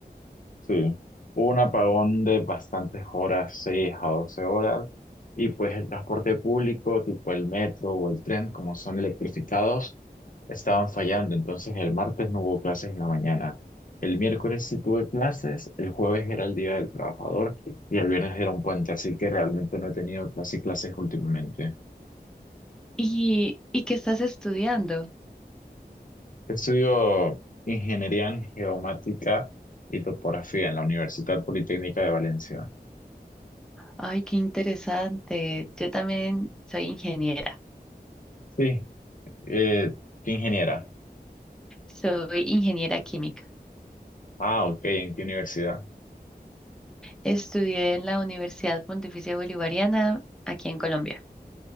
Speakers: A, on the left; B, in the centre.
A: Sí, hubo un apagón de bastantes horas, 6 a 12 horas, y pues el transporte público, tipo el metro o el tren, como son electrificados, estaban fallando. Entonces el martes no hubo clases en la mañana. El miércoles sí tuve clases, el jueves era el Día del Trabajador y el viernes era un puente, así que realmente no he tenido casi clases últimamente.
B: ¿y, y qué estás estudiando?
A: Yo estudio ingeniería en geomática y topografía en la Universidad Politécnica de Valencia.
B: Ay, qué interesante. Yo también soy ingeniera,
A: Sí, eh, ¿qué ingeniera?
B: soy ingeniera química.
A: Ah, ok, ¿en qué universidad?
B: Estudié en la Universidad Pontificia Bolivariana, aquí en Colombia,